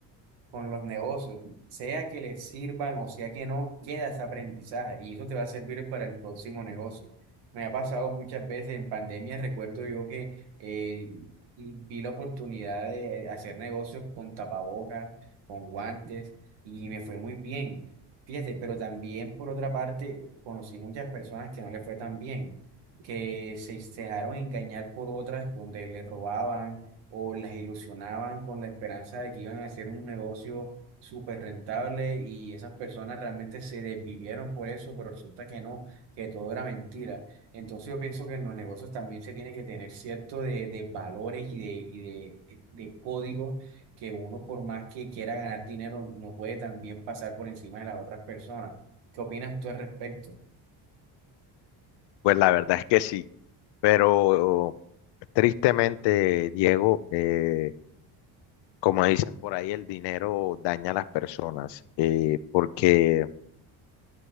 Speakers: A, on the right; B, on the left.
A: con los negocios, sea que les sirvan o sea que no, queda ese aprendizaje y eso te va a servir para el próximo negocio. Me ha pasado muchas veces en pandemia, recuerdo yo que eh, y vi la oportunidad de hacer negocios con tapabocas, con guantes y me fue muy bien. Fíjate, pero también por otra parte conocí muchas personas que no les fue tan bien, que se se dejaron engañar por otras donde les robaban o las ilusionaban con la esperanza de que iban a hacer un negocio súper rentable y esas personas realmente se desvivieron por eso, pero resulta que no, que todo era mentira. Entonces yo pienso que en los negocios también se tiene que tener cierto de, de valores y de, y de, de códigos que uno por más que quiera ganar dinero no puede también pasar por encima de las otras personas. ¿Qué opinas tú al respecto?
B: pues la verdad es que sí, pero tristemente, Diego, eh, como dicen por ahí, el dinero daña a las personas, eh, porque,